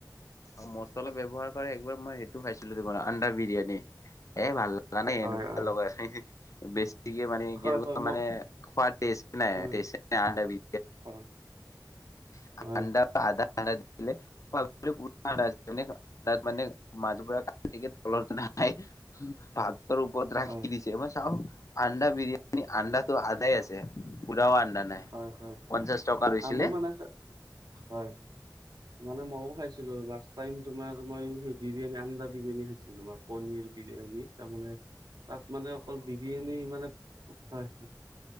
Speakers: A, on the left; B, on the right.
A: অ'হ মছলা ব্যৱহাৰ কৰে একবাৰ মই সেইটো খাইছিলোঁ, তোমাৰ আন্দাৰ বিৰিয়ানী এ ভাল লা মানে
B: হয়
A: এনেকুৱা
B: হয়
A: লগাই আছে বেছিকে মানে
B: হয়
A: কেনেকুৱা
B: হয় মই
A: মানে খোৱা টেষ্ট নাই
B: হয়
A: টেষ্ট নাই-
B: হয়
A: <unintelligible>
B: হয়
A: আন্দা <unintelligible> দিলে <unintelligible> তাতমানে মাজৰপৰা খালে ঠিকেই। তলত নাই। ভাতৰ ওপৰত ৰাখি
B: হয়
A: দিছে। তে' মই চাওঁ আন্দা বিৰিয়ানী আন্দাটো আধা আছে পুৰা আ আন্দা নাই।
B: হয় হয়
A: পঞ্চাশ টকা লৈছিলে।
B: আমো মানে হয়। মানে মইয়ো খাইছিলোঁ লাষ্ট টাইম তোমাৰ মই সেই বিৰিয়ানী আন্দা বিৰিয়ানী খাইছিলোঁ তোমাক। পনীৰ বিৰিয়ানী তাৰমানে তাত মানে অকল বিৰিয়ানী মানে হয়, হয়।